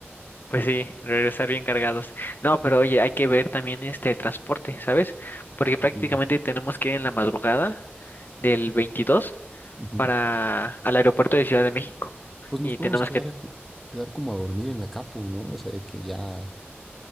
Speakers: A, on the left; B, in the centre.
A: Pues sí, regresar bien cargados. No, pero oye, hay que ver también este el transporte, ¿sabes? Porque
B: Ah,
A: prácticamente
B: ok.
A: tenemos que ir en la madrugada del 22
B: Ujú.
A: para al aeropuerto de Ciudad de México
B: Pues nos
A: y
B: podemos
A: tenemos
B: quedar,
A: que
B: a que- quedar como a dormir en la capu, ¿no? O sea, de que ya,